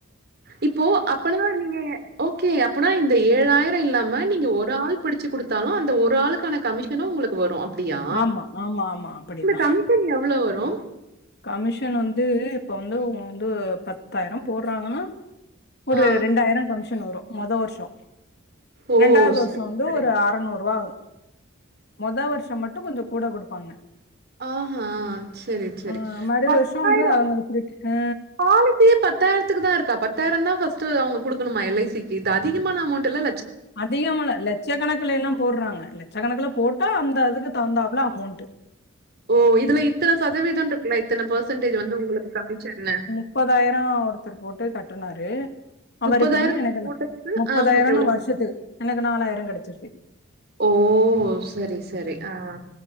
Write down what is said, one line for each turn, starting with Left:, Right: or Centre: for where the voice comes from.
Right: இப்போ அப்பனா நீங்க ஓகே அப்பனா இந்த ஏழாயிர இல்லாம நீங்க ஒரு ஆள் பிடிச் ச்சு குடுத்தாலு அந்த ஒரு ஆளுக்கான கமிஷனு உங்ளுக்கு வரு அப்டியா
Left: ஆமா ஆமா ஆமா அப்படிதா
Right: சன் எவ்ளோ வரு
Left: கமிஷன் வந்து இப்ப வந்து உங் வந்து பத்தாயிரம் போட்றாங்கனா ஒரு
Right: ஆ
Left: ரெண்டாயிரம் கமிஷன் வரு மொத வர்ஷம்
Right: ஓ
Left: ரெண்டாவது வருஷம்
Right: சரி
Left: வந்து
Right: சரி
Left: ஒரு அறநூறுவா வரு மொத வருஷம் மட்டு கொஞ்ச கூட குடுப்பாங்க
Right: ஆஹா சரி சரி
Left: ஆ மறு
Right: பத்தாயிரம்
Left: வருஷோ வந்து அவங்க திருப்பி ஆ
Right: பாலிசியே பத் பத்தாயிரத்துக்குதா இருக்கா பத்தாயிரன்னா பஸ்ட்டு அவுங்க குடுக்கணுமா எல் ஐ சி க்கு இது அதிகமான அமௌண்டில்ல
Left: அதிகமல்ல லட்சக்கணக்குலல்லாம் போட்றாங்க லட்சகணக்குல போட்டா அந்த அதுக்கு தகுந்தாப்புல அமௌண்ட்டு
Right: ஓ இதுல இத்தன சதவீதன்ருக்குல இத்தன பர்சன்டேஜ் வந்து உங்களுக்கு கமிஷன்னு
Left: முப்பதாயிரம் ஒருத்தர் போட்டு கட்டுனாரு அவருக்கு
Right: முப்பதாயிரம்
Left: வந்து எனக்கு என்ன
Right: போட்டதுக்கு
Left: முப்பதாயிரன்னா
Right: ஆ உங்களுக்கு எவ்ளோ
Left: வரு ஷத்துக்கு எனக்கு நாலாயிரம் கடச்சிருத்து
Right: ஓ சரி சரி ஆ